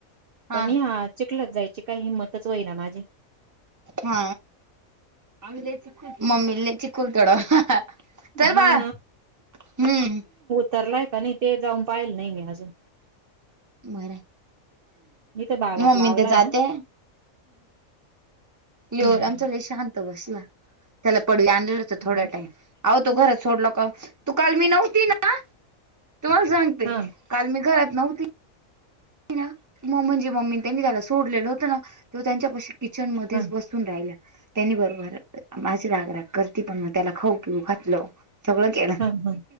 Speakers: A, on the right; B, on the right.
A: हा
B: पण हे आ, चिकलात जायची काई हिंम्मतच होई ना माझी.
A: हा, आमी लय <unintelligible> मम्मी लय चिकुल तोड चल
B: हा
A: बाळा, हम्म!
B: तरलाय का, नई ते जाऊन पायेल नई मी अजून.
A: बरय,
B: मी तर बागात
A: मम्मीन
B: लावलाय
A: ते जाते
B: ना
A: यो
B: हम्म
A: आमचा लय शांत बसला, त्याला पडवी आणलेलं होतं
B: हम्म
A: थोडा टाइम आवो तो घरात सोडलं का, तू काल मी नव्हती ना तुम्हाल सांगते,
B: हा
A: काल मी घरात नव्हती ना, म म्हणजे मम्मीन त्यांनी त्याला सोडलेलं, त्यानं तो त्यांच्या पाशी किचन मधेच
B: हा
A: बस -उन राहिला, त्यांनी बरोबर म अशी राग-राग करती, पण म त्याला खाऊ पिऊ घातलं. सगळं केलं.
B: हा हा